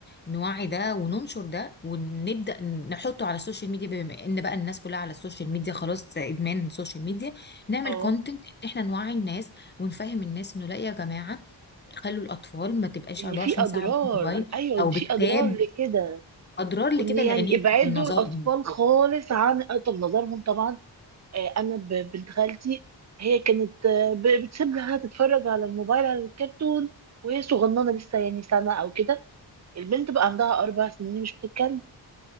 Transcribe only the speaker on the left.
نوعي ده وننشر ده ونبدأ نحطه على السوشيال ميديا بما ان بقى الناس كلها على السوشيال ميديا خلاص ادمان السوشيال ميديا نعمل
كونتنت احنا نوعي الناس ونفهم الناس انه لا يا جماعة خلوا الاطفال ما تبقاش
24
ساعة بالموبايل
او
بالتاب
اضرار لكده
لعينيهم
ولنظرهم